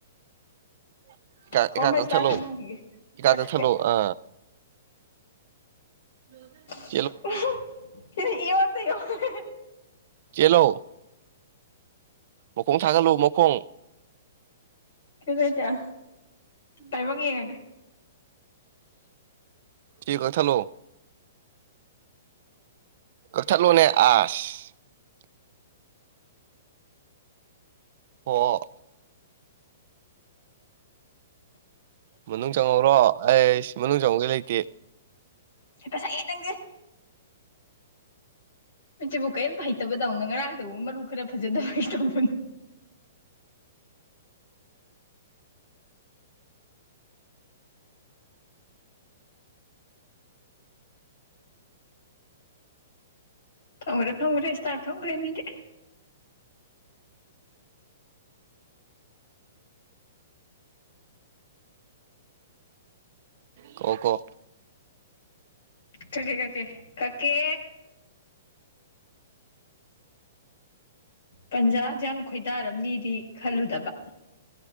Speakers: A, on the right; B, on the left.
A: <inaudible> ꯑꯦꯀꯥ
B: ꯈꯣ
A: ꯑꯦꯀꯥ
B: ꯑꯃ
A: ꯀꯛꯊꯠꯂꯣ
B: ꯏꯁꯇꯥꯔ ꯁꯦꯝꯍꯧꯈꯤꯒꯦ
A: ꯏꯀꯥ
B: ꯀꯛꯊꯠꯀꯦ
A: ꯀꯛꯊꯠꯂꯣ ꯑ <inaudible>
B: <unintelligible>
A: ꯆꯦꯂꯣ ꯃꯈꯣꯡ ꯊꯥꯒꯠꯂꯣ ꯃꯈꯣꯡ
B: ꯈꯦꯂꯣ ꯏꯟꯗ꯭ꯌꯥ ꯂꯥꯏꯕꯛ ꯋꯦꯡꯉꯒꯦ
A: ꯊꯤ ꯀꯛꯊꯠꯂꯣ ꯀꯛꯊꯠꯂꯣꯅꯦ <inaudible> ꯑꯣ ꯃꯅꯨꯡ ꯆꯪꯍꯧꯔꯣ ꯑꯩꯁ ꯃꯅꯨꯡ ꯆꯪꯍꯧꯒꯦ ꯂꯩꯇꯦ
B: ꯍꯦꯛꯇ ꯁꯛꯑꯦ ꯅꯪꯁꯦ ꯑꯩꯆꯤꯕꯨ ꯀꯦꯝꯒ ꯍꯩꯇꯕꯗꯧꯅ ꯉꯔꯥꯡꯇꯕꯨ ꯃꯔꯨ ꯈꯔ ꯐꯖꯗꯕꯩ ꯇꯧꯕꯅꯦ ꯐꯝꯒ꯭ꯔꯦ ꯐꯝꯒ꯭ꯔꯦ ꯁ꯭ꯇꯥꯔ ꯐꯝꯒ꯭ꯔꯦ ꯃꯤꯗꯤ
A: <inaudible> ꯀꯛꯑꯣ ꯀꯛꯑꯣ
B: ꯀꯀꯦ ꯀꯀꯦ ꯀꯛꯀꯦ ꯄꯟꯖ ꯗꯨꯌꯥꯝ ꯈꯣꯏꯗꯥꯔꯝꯅꯤꯗꯤ ꯈꯜꯂꯨꯗꯕ